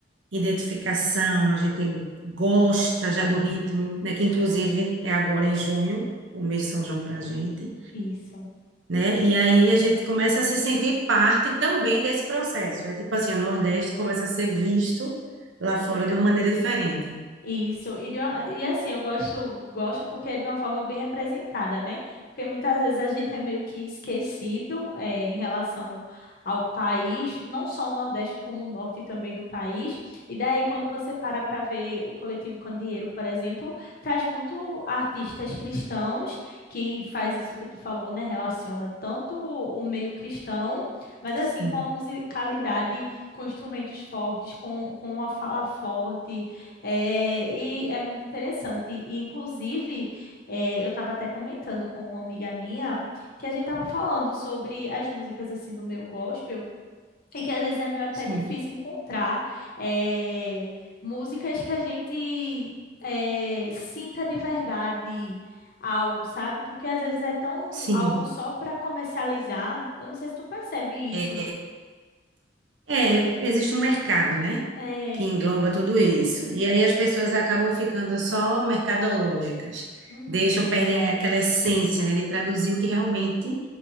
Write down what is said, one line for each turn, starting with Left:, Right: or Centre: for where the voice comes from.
Right: identificação, a gente gosta já do ritmo, né? Que inclusive é agora em junho, o mês de São João para a gente,
Left: isso.
Right: né? E aí a gente começa a se sentir parte também desse processo. É tipo assim, o Nordeste começa a ser visto lá fora de uma maneira diferente.
Left: Isso, e, de uma- e assim, eu gosto, gosto porque é de uma forma bem representada, né? Porque muitas vezes a gente é meio que esquecido eh, em relação ao país, não só o Nordeste, como o Norte também do país. E daí, quando você para para ver o Coletivo Candeeiro, por exemplo, traz muito artistas cristãos que faz isso que tu falou, né? Relaciona tanto o meio cristão, mas assim,
Right: Sim,
Left: com a musicalidade, com instrumentos fortes, com, com uma fala forte, é, e é muito interessante. E, inclusive, é, eu estava até comentando com uma amiga minha que a gente estava falando sobre as músicas assim do meu gospel e que às vezes é meio até
Right: sim,
Left: difícil encontrar é, músicas que a gente é, sinta de verdade algo, sabe? Porque às vezes é tão
Right: sim.
Left: algo só para comercializar. Eu não sei se tu percebe isso.
Right: É, é, existe um mercado, né?
Left: É,
Right: Que engloba tudo isso. E aí as pessoas acabam ficando só mercadológicas.
Left: uhum,
Right: Deixam, perdem aquela essência, né, de traduzir o que realmente